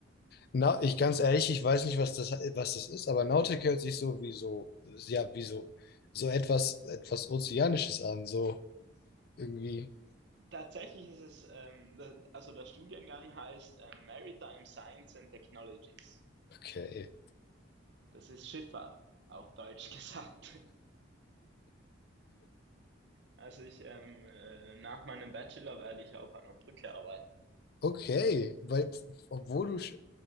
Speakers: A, on the left; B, on the right.
A: Na, ich ganz ehrlich, ich weiß nicht, was das, was das ist, aber Nautik hört sich so wie so, ja, wie so, so etwas, etwas Ozeanisches an, so irgendwie.
B: Tatsächlich ist es, ähm, da- also der Studiengang heißt äh, Maritime Science and Technologies.
A: Okay.
B: Das ist Schifffahrt, auf Deutsch <laughs> gesagt. Also ich, ähm, äh, nach meinem Bachelor werde ich auf einer Brücke arbeiten.
A: Okay, weil, obwohl du, sch-